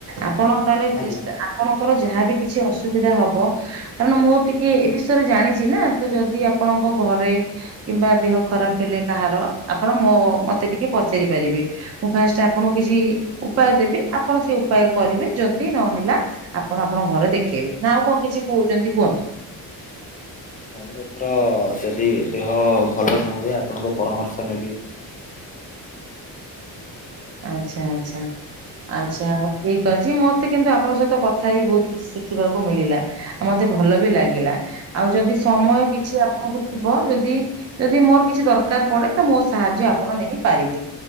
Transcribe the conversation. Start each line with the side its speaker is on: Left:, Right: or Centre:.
Right: ଆପଣ ତାହେଲେ ଚେଷ୍ଟା
Left: ଆଜ୍ଞା।
Right: ଆ ଆପଣଙ୍କର ଯାହାବି କିଛି ଅସୁବିଧା ହବ କାରଣ ମୁଁ ଟିକେ ଏ ବିଷୟରେ ଜାଣିଛି ନା ତ ଯଦି ଆପଣଙ୍କ ଘରେ କିମ୍ବା ଦେହ ଖରାପ ହେଲେ କାହାର ଆପଣ ମୋ ମତେଟିକେ ପଚାରି ପାରିବେ ମୁଁ ଫାଷ୍ଟେ ଆପ୍ ପଣୁ କିଛି ଉପାୟ ଦେବି ଆପଣ ସେ ଉପାୟ କରିବେ ଯଦି ନହେଲା ଆପଣ ଆପଣଙ୍କ ଘରେ ଦେଖେଇବେ ନା ଆଉ କଣ କିଛି କହୁଛନ୍ତି କୁହନ୍ତୁ।
Left: ନାଇଁ ଏଥର ଯଦି ଦେହ ଭଲ ନ ହୁଏ ଆପଣଙ୍କ ପରାମର୍ଶ ନେବି।
Right: ଆଛା ଆଛା। ଆଚ୍ଛା ଆଉ ଠିକ ଅଛି ମତେ କିନ୍ତୁ ଆପଣଙ୍କ ସହିତ କଥା ହେଇକି ବହୁତ କିଛି ଶିଖିବାକୁ ମିଳିଲା। ଆ ମତେ ଭଲ ବି ଲାଗିଲା ଆଉ ଯଦି ସମୟ କିଛି ଆପଣଙ୍କୁ ଥି ବ ଯଦି ଯଦି ମୋର କିଛି ଦରକାର ପଡେ ତ ମୋ ସାହାଯ୍ୟ ଆପଣ ନେଇ ପାରିବେ।